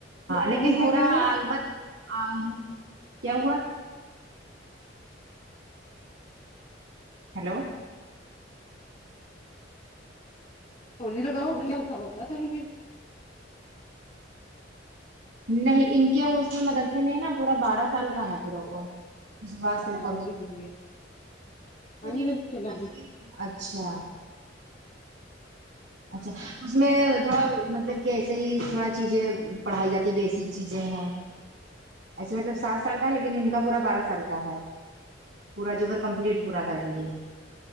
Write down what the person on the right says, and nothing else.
لیکن
پورا
البتہ کیا ہوا ہلو
نہیں ان کے وہ اس میں مدرسے میں نا پورا بارہ سال کا ہے پورا کورس <unintelligible>
اچھا اچھا اس میں تھوڑا مطلب کہ ایسے ہی تھوڑا چیزیں پڑھائی جاتی بیسک چیزیں ہیں ایسے مطلب سات سال کا ہے لیکن ان کا پورا بارہ سال کا ہے پورا جوگر کمپلیٹ پورا کریں گے